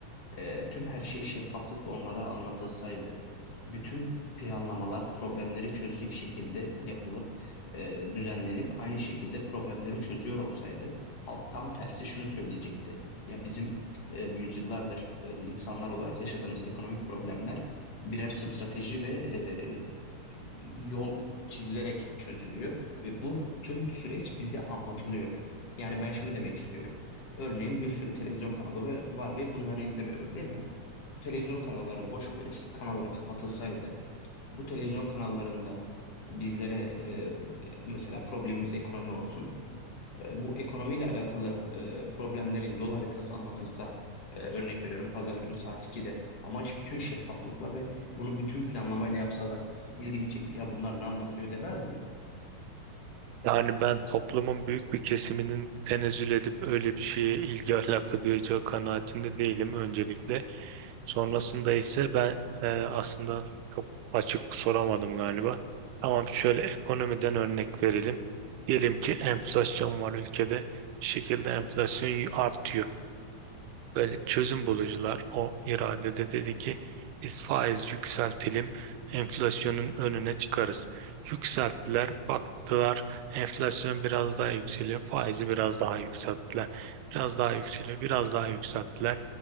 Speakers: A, on the left; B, on the right.
A: E, tüm her şey şeffaflıkla onlara anlatılsaydı, bütün planlamalar problemleri çözecek şekilde yapılıp e, düzenlenip aynı şekilde problemleri çözüyor olsaydı, halk tam tersi şunu söyleyecekti. Ya bizim e, yüzyıllardır e, insanlar olarak yaşadığımız ekonomik problemler birer strateji ve e, yol çizilerek çözülüyor ve bu tüm süreç bize anlatılıyor. Yani ben şunu demek istiyorum. Örneğin bir sürü televizyon kanalı ve- var ve bunları izlemiyoruz değil mi? Televizyon kanalları boş böyle kanallar kapatılsaydı bu televizyon kanallarında bizlere e, bu- mesela problemimiz ekonomi olsun. E, bu ekonomiyle alakalı e, problemlerin yol haritası anlatılsa e, örnek veriyorum pazar günü saat 2'de ama iş bütün şeffaflıkla ve bunu bütün planlamayla yapsalar ilgini çekip ya bunlar ne anlatıyor demez miydi?
B: Yani ben toplumun büyük bir kesiminin tenezzül edip öyle bir şeye ilgi alaka duyacağı kanaatinde değilim öncelikle. Sonrasında ise ben e, aslında çok açık soramadım galiba. Tamam şöyle ekonomiden örnek verelim. Diyelim ki enflasyon var ülkede. Bir şekilde enflasyon artıyor. Böyle çözüm bulucular o iradede dedi ki biz faiz yükseltelim enflasyonun önüne çıkarız. Yükselttiler baktılar enflasyon biraz daha yükseliyor faizi biraz daha yükselttiler. Biraz daha yükseliyor biraz daha yükselttiler.